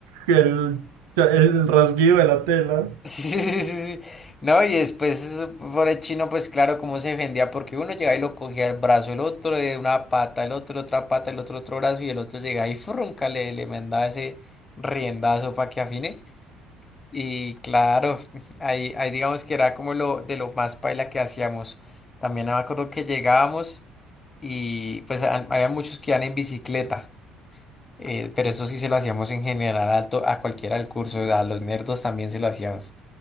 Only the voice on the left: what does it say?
sí, sí, sí, sí, sí. No, y después eso, por el chino, pues claro, cómo se defendía, porque uno llegaba y lo cogía el brazo, el otro de una pata, el otro otra pata, el otro otro brazo, y el otro llegaba y frunca, le, le mandaba ese riendazo para que afine. Y claro, <laughs> ahí, ahí digamos que era como lo de lo más paila que hacíamos. También me acuerdo que llegábamos y pues ha- había muchos que iban en bicicleta, eh, pero eso sí se lo hacíamos en general a, to- a cualquiera del curso, a los nerdos también se lo hacíamos.